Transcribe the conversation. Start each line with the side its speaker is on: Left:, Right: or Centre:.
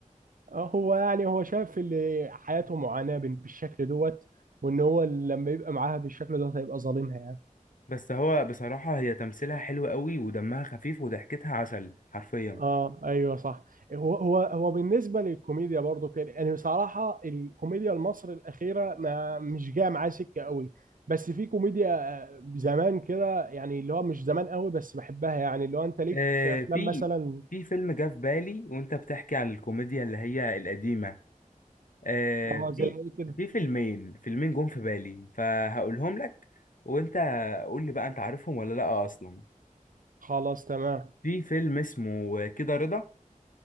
Right: هو يعني هو شايف اللي حياته معاناة بال- بالشكل دوت وان هو لما يبقى معاها بالشكل دوت هيبقى ظالمها يعني
Left: بس هو بصراحة هي تمثيلها حلو قوي ودمها خفيف وضحكتها عسل حرفيا
Right: اه ايوه صح هو هو هو بالنسبة للكوميديا برضو كده يعني بصراحة الكوميديا المصري الأخيرة ما مش جاية معايا سكة قوي بس في كوميديا آه، زمان كده يعني اللي هو مش زمان قوي بس بحبها يعني اللي هو انت ليك
Left: آه
Right: في افلام
Left: في
Right: مثلا
Left: في فيلم جه في بالي وانت بتحكي عن الكوميديا اللي هي القديمة آه
Right: اه زي
Left: في
Right: ايه كده
Left: في فيلمين فيلمين جم في بالي فهقولهم لك وانت قول لي بقى انت عارفهم ولا لا اصلا
Right: خلاص تمام
Left: في فيلم اسمه كده رضا